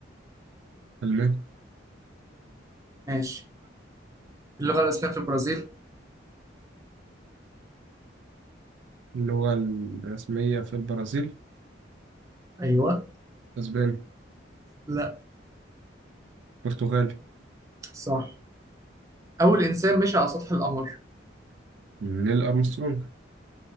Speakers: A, on the right; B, on the right.
A: ألماني
B: ماشي، اللغة الرسمية في البرازيل؟
A: اللغة الرسمية في البرازيل
B: أيوه،
A: أسباني
B: لا
A: برتغالي
B: صح، أول إنسان مشي على سطح القمر،
A: نيل أرمسترونج